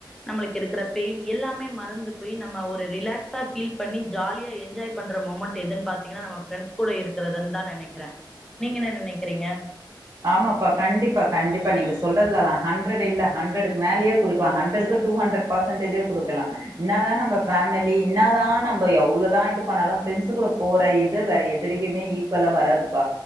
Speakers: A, in the centre; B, on the right.
A: நம்மளுக்கு இருக்கிற பெயின் எல்லாமே மறந்து போய் நம்ம ஒரு ரிலாக்ஸா பீல் பண்ணி ஜாலியா என்ஜாய் பண்ற மூமெண்ட் எதுன்னு பாத்தீங்கன்னா நம்ம ப்ரெண்ட்ஸ் கூட இருக்குறதுன்னு தான் நினைக்கிறேன் நீங்க என்ன நினைக்குறீங்க
B: ஆமாப்பா கண்டிப்பா கண்டிப்பா நீங்க சொல்றதுலதா ஹண்ரட் இல்ல ஹண்ரடுக்கு மேலயே குடுக்கலா. ஹண்டரக்கு டூ ஹண்ட்ரட் பர்சன்டேஜே குடுக்கலா. இன்னாதா நம்ம ஃபேமலி இன்னாதா நம்ப எவ்ளோதா இது பண்ணாலு ஃப்ரெண்ட்சு கூட போற இது வேற எதுலியுமே ஈக்குவலா வராதுப்பா